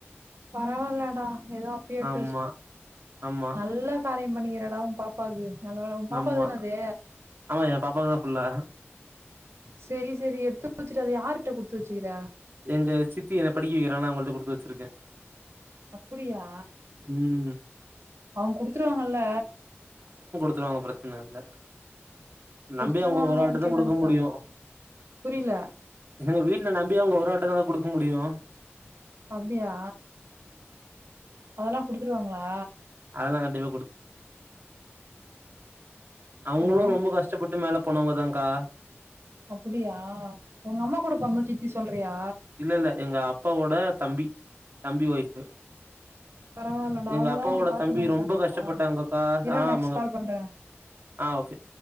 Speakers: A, on the right; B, on the right.
A: பரவாயில்லடா ஏதோ அப்பயே எடுத்து
B: ஆமா
A: வச்சுட்ட
B: ஆமா
A: நல்லா காரியம் பண்ணிக்கிறடா உன் பாப்பாக்கு நல்ல வேலை உன் பாப்பா
B: ஆமா
A: தான அது
B: ஆமா என் பாப்பாக்கு தான் ஃபுல்லா
A: செரி செரி எடுத்துவச்சுட்டு அது யாருடா குடுத் த்து வச்சுருக்குற
B: எங்க சித்தி என்னை படிக்க வக்கிறாங்கள்ல அவங்கள்ட்ட குடுத்து வச்சிருக்கேன்
A: அப்டியா
B: ம்.
A: அவங்க குடுத்துருவாங்கல்ல
B: குத்துருவாங்க பிரச்சன இல்ல நம்பி
A: குடுத்துருவான்
B: அவுங்க ஒரு ஆள்ட்டதான்
A: ஓகே
B: குடுக்க
A: தான்
B: முடியும்
A: புரில
B: எங்க வீட்டுல நம்பி அப்படியே அவங்க ஒரு வேறயார்ட்டதான் குடுக்க முடியும்
A: அப்டியா அதெலா குடுத்துருவாங்களா
B: அதெல்லா கண்டிப்பா அவங்களும்
A: ஹலோ
B: ரொம்ப கஷ்டபட்டு மேல போனவங்கதான்க்கா
A: அப்டியா உங்க அம்மா கூட பொறந்தவங்க சித்தி சொல்ரியா
B: இல்லல்ல எங்க அப் பாவோட தம்பி தம்பி ஓய்ஃப்பு
A: பரவால்லடா
B: எங்க
A: அவங்கதா
B: அப்பாவோட
A: உங்கள பாத்துக்குனாங்கன்னு
B: தம்பி ரொம்ப
A: சொன்னியா
B: கஷ்டப்பட்டாங்கக்கா
A: இர்றா
B: ஆமாங்க
A: நெக்ஸ்ட் கால் பண்றே
B: ஆ ஓக்கே